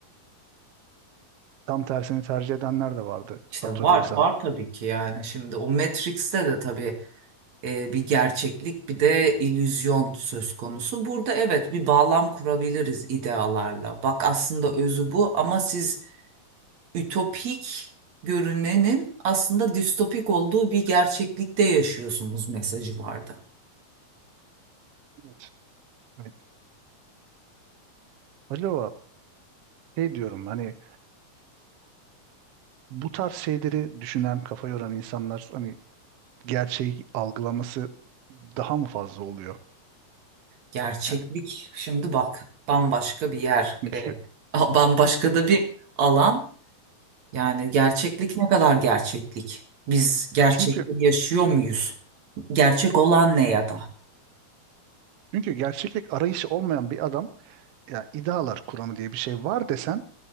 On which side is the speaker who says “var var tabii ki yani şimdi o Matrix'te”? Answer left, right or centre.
Right